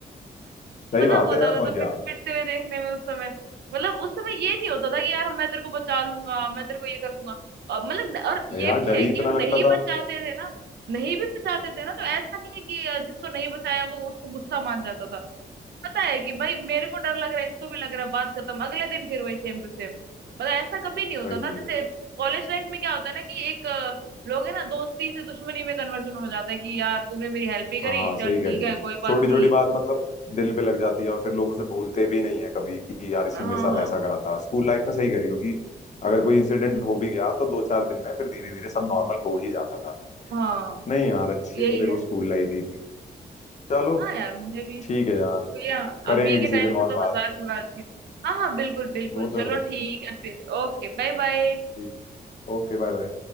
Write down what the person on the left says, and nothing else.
सही
बात
है यार
और
क्या
यार
डर
ही
इतना
लगता
था
वही
वही
हाँ
सही
कह रही
हो
छोटी
छोटी बात मतलब दिल पे लग जाती है और फिर लोग उसे भूलते भी नहीं है कभी कि यार इसने
मेरे साथ
ऐसा करा था स्कूल लाइफ में सही कह रही हो कि अगर कोई इंसिडेंट हो भी गया तो दो चार दिन में फिर धीरे धीरे सब नॉर्मल हो ही जाता था
नहीं यार अच्छी
तो देखो
स्कूल लाइफ ही थी चलो
ठीक है यार
करेंगे
किसी
दिन
और
बात
वो
तो है ही
ठीक है Okay bye bye